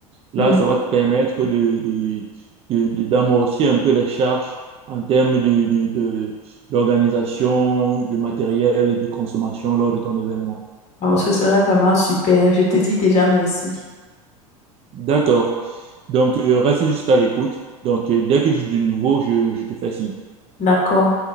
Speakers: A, on the right; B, on the left.
A: Là,
B: Mm.
A: ça va te permettre de, de, de- de- d'amorcer un peu les charges en termes de, de, de- d'organisation, de matériel et de consommation lors de ton événement.
B: Alors, ce serait vraiment super. Je te dis déjà merci.
A: D'accord. Donc, euh, reste juste à l'écoute. Donc, euh, dès que j'ai du nouveau, je, je te fais signe.
B: D'accord.